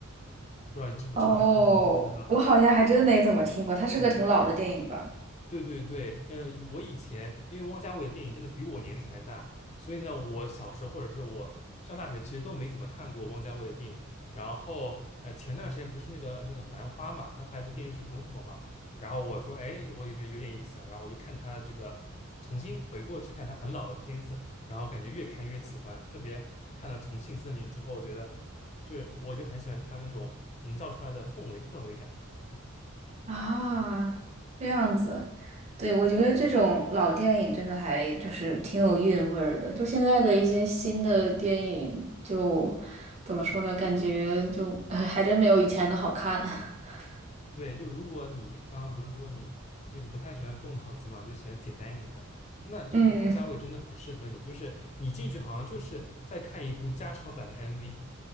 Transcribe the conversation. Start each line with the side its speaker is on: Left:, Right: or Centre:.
Left: 不知道你知不知道，
Right: 哦，
Left: <laughs> 你可能不知道，
Right: 我好像还真没怎么听过，他是个挺老的电影吧？
Left: 嗯。对对对，嗯，我以前因为汪家卫的电影真的比我年纪还大，所以呢，我小时候或者是我上大学其实都没怎么看过汪家卫的电影。然后，呃，前段时间不是那个那个《繁花》嘛，他拍这电视剧很火嘛。然后我说，哎，我也觉得有点意思啊。然后我就看他的这个，重新回过去看他很老的片子，然后感觉越看越喜欢。特别看了《重庆森林》之后，我觉得这我就很喜欢他那种营造出来的氛围氛围感。嗯，
Right: 啊，这样子，
Left: 对。
Right: 对，我觉得这种老电影真的还就是挺有韵味儿的。就现在的一些新的电影就，怎么说呢？感觉就 <laughs>，哎还真没有以前的好看。<laughs>
Left: 对，就如果你刚刚不是说你这个不太喜欢动脑子嘛，就喜欢简单一点的，那就是汪家卫真的很适合你。
Right: 嗯，
Left: 就是你进去好像就是在看一部加长版的 MV，